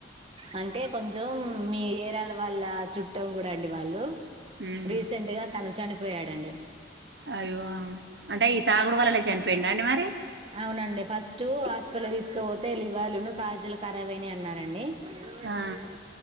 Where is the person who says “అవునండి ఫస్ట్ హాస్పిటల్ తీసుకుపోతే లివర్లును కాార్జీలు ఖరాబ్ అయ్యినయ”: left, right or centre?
Right